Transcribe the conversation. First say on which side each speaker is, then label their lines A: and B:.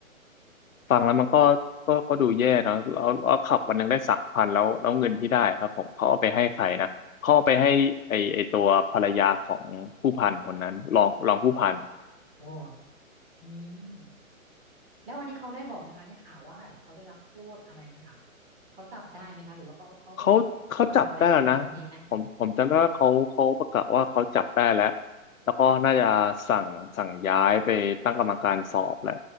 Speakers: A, on the left; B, on the right.
A: ฟังแล้วมันก็ก็ก็ดูแย่นะแล้วแล้วขับวันหนึงได้สามพันแล้วแล้วเงินที่ได้ครับผมเขาเอาไปให้ใครนะเขาเอาไปให้ไอไอตัวภรรยาของผู้พันคนนั้นรองรองผู้พัน
B: โอ้อืม แล้วอันนี้เขาได้บอกไหมคะในข่าวว่าแบบเขาได้รับโทษอะไรไหมคะเขาจับได้ไหมคะหรือว่าเขาเขาได้แบบทำอะไรกับคนคนนี้ไหม
A: เขาเขาจับได้แล้วนะผมผมจำได้ว่าเขาเขาประกาศว่าเขาจับได้แล้วแล้วก็น่าจะสั่งสั่งย้ายไปตั้งกรรมการสอบแหละ